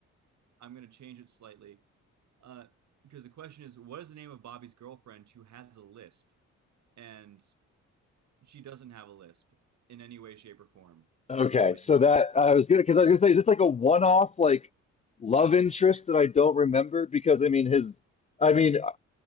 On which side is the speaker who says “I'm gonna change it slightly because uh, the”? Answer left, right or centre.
Right